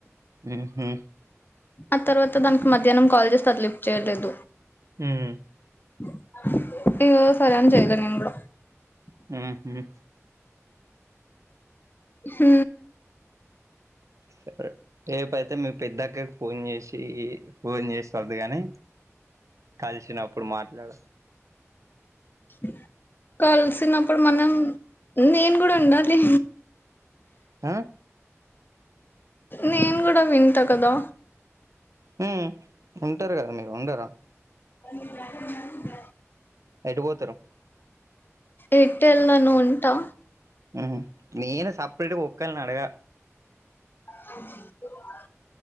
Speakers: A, on the right; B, on the left.
A: ఉహు
B: ఆ తర్వాత దానికి మధ్యాహ్నం కాల్ చేస్తే అది లిఫ్ట్ చెయ్యట్లేదు
A: ఉహు
B: <unintelligible>
A: ఆహా
B: ఉ
A: సరే రేపైతే మీ పెద్దక్కకి ఫోన్ చేసి ఫోన్ చేసి వద్దు గాని కలిసినప్పుడు మాట్లాడ
B: డీస్ కలిసినప్పుడు మనం నేను కూడా ఉండాలి
A: ఆ
B: నేను కూడా వింటా కదా
A: ఉ ఉంటారు కదా మీరు ఉండరా
B: <inaudible>
A: ఎటు పోతరు
B: ఎటు ఎల్లను ఉంటా
A: ఉమ్ నేను సపరేట్గ ఒక్కల్ని నడగ
B: స్ ల్